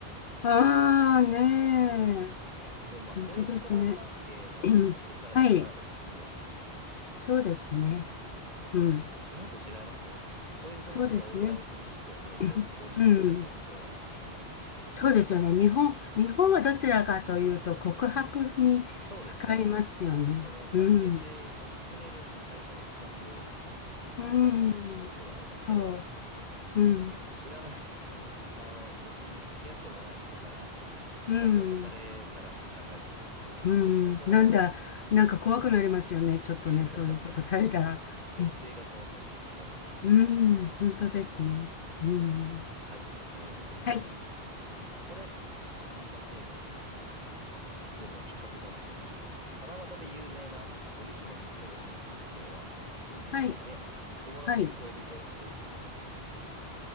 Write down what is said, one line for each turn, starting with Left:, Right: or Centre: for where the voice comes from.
Left: ああー、ねえ。
Right: でもまあ、
Left: 本当ですね。
Right: 恋人関係の相手からだったら別にいいのか。
Left: うんはい。そうですね。うん。
Right: 日本と違いますもんね。恋人同士がお祝いをする日とされておりって書いてあるんで、
Left: そうですね。<laughs> うんうんそうですよね。
Right: なんか、
Left: 日本、日本はどちらかというと告白に使いますよね。
Right: そうですね。その関係性を始める、
Left: うん。
Right: その最初の告白
Left: うん。
Right: みたいなところはあります。
Left: そ
Right: だから、
Left: う。うん。
Right: 知らない <laughs> あの、別に付き合ってもない人から下着渡されたらって考えちゃったんですけど、
Left: うん。うん、
Right: そもそもが
Left: なんだ、なんか怖くなりますよね。ちょっとね、
Right: <laughs>
Left: そういうことされたら。
Right: ね、前提がそもそもちょっと違いましたね。
Left: うん、うん本当ですね。
Right: なるほど。
Left: うん。
Right: はい。えー、
Left: はい、
Right: これ、ちょっと簡単すぎるかもしれないですけど、でも引っ掛けかもしれないです。七夕で有名な織姫と彦星の関係はっていう問題で、
Left: はい、
Right: 友達、
Left: はい。
Right: 恋人、夫婦。